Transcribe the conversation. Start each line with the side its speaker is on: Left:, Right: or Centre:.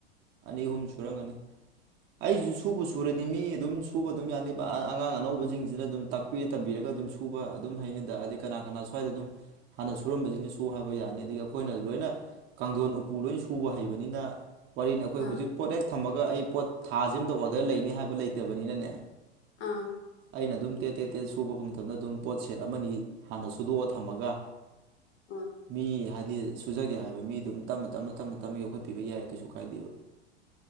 Right: ꯑꯅꯤ ꯑꯍꯨꯝ ꯁꯨꯔꯝꯒꯅꯤ ꯑꯩꯁꯨ ꯁꯨꯕ ꯁꯨꯔꯗꯤ ꯃꯤ ꯑꯗꯨꯝ ꯁꯨꯕ ꯑꯗꯨꯝ ꯌꯥꯅꯤꯕ ꯑꯉꯥꯡ ꯑꯅꯧꯕꯁꯤꯡꯁꯤꯅ ꯑꯗꯨꯝ ꯇꯥꯛꯄꯤꯔ ꯇꯝꯕꯤꯔꯒ ꯑꯗꯨꯝ ꯁꯨ ꯐꯨꯕ ꯑꯗꯨꯝ ꯍꯩꯅꯤꯗ ꯑꯗꯩ ꯀꯅꯥ ꯀꯅꯥ ꯁ꯭ꯋꯥꯏꯗ ꯑꯗꯨꯝ ꯍꯥꯟꯅ ꯁꯨꯔꯝꯕꯁꯤꯡꯁꯤ ꯁꯨꯨ ꯍꯥꯏꯕ ꯌꯥꯅꯤ ꯑꯗꯨ ꯒꯤ ꯑꯩꯈꯣꯏꯅꯁꯨ ꯂꯣꯏꯅ ꯀꯥꯡꯊꯣꯟ ꯎꯄꯨ ꯂꯣꯏꯅ ꯁꯨꯕ ꯍꯩꯕꯅꯤꯅ ꯋꯥꯔꯤꯅꯤ ꯑꯩꯈꯣꯏ
Left: ꯑꯥ
Right: ꯍꯧꯖꯤꯛ ꯄꯣꯠ ꯍꯦꯛ ꯊꯝꯃꯒ ꯑꯩ ꯄꯣꯠ ꯊꯥꯥꯁꯤ ꯑꯃꯗ ꯑꯣꯗꯔ ꯂꯩꯅꯤ ꯍꯥꯏꯕ ꯂꯩꯇꯕꯅꯤꯅꯅꯦ
Left: ꯑꯥ
Right: ꯑꯩꯅ ꯑꯗꯨꯝ ꯇꯦꯠ ꯇꯦꯠ ꯇꯦꯠ ꯁꯨꯕ ꯃꯇꯝꯗ ꯑꯗꯨꯝ ꯄꯣꯠ ꯁꯦꯠ ꯑꯃꯅꯤ ꯍꯥꯟꯅ ꯁꯨꯗꯣꯛꯑ ꯊꯝꯃꯒ
Left: ꯑꯣ
Right: ꯃꯤ ꯍꯥꯏꯗꯤ ꯁꯨꯖꯒꯦ ꯍꯥꯏꯕ ꯃꯤ ꯑꯗꯨꯝ ꯇꯞꯅ ꯇꯞ ꯇ ꯇ ꯌꯣꯛꯈꯠꯄꯤꯕ ꯌꯥꯏ ꯀꯩꯁꯨ ꯀꯥꯏꯗꯦꯕ